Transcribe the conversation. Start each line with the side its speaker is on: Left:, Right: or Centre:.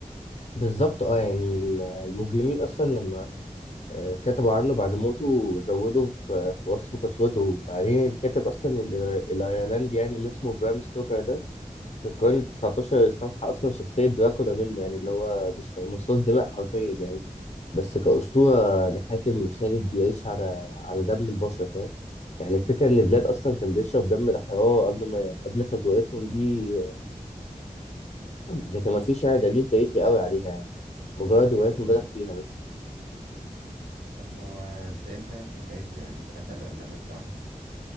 Left: بالظبط اه يعني ال- المجرمين اصلا لما آه، كتبوا عنه بعد موته زودوا في في وصف قسوته وبعدين الكاتب اصلا الإير- الايرلندي يعني اللي اسمه برام ستوكر ده في القرن 19 استوحى أصلا شخصية دراكولا منه يعني اللي هو مش كمصاص دماء حرفيا يعني بس كأسطورة لحاكم خالد بيعيش على على دم البشر فاهم يعني الفكرة إن بلاد أصلا كان بيشرب دم الحرارة قبل ما قبل خطوتهم دي لكن ما فيش يعني دليل تاريخي قوي عليها يعني مجرد روايات مبالغ فيها بس
Right: طب هو ازاي انتهت حكايته يعني اتقتل ولا مات لوحده